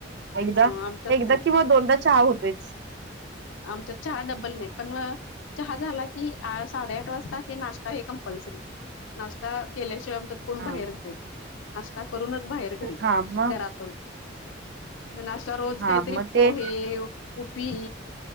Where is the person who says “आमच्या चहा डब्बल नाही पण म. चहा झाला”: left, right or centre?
Left